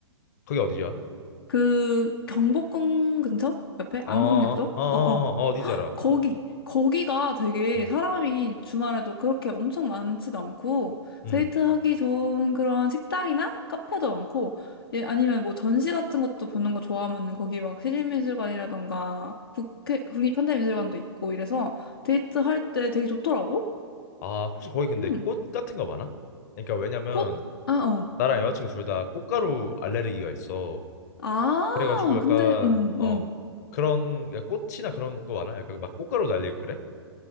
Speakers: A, on the left (about 40°); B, on the left (about 55°).
A: 그게 어디야?
B: 그 경복궁 근처? 옆에? 안국역
A: 어, 어,
B: 쪽?
A: 어, 어,
B: 어어.
A: 어, 어딘지 알아.
B: 거기, 거기가 되게
A: 음,
B: 사람이 주말에도 그렇게 엄청 많지도 않고,
A: 음.
B: 데이트하기 좋은 그런 식당이나 카페도 많고, 예, 아니면 뭐 전시 같은 것도 보는 거 좋아하면 거기 막 시립미술관이라던가 국회, 국립현대미술관도 있고 이래서 데이트할 때 되게 좋더라고?
A: 아, 혹시 거기 근데
B: 음,
A: 꽃 같은 거 많아? 그러니까 왜냐면
B: 꽃, 아, 어.
A: 나랑 여자친구 둘 다 꽃가루 알레르기가 있어.
B: 아,
A: 그래가지고 약간
B: 근데, 어, 어.
A: 어 그런 그러니까 꽃이나 그런 거 많아? 약간 막 꽃가루 날리고 그래?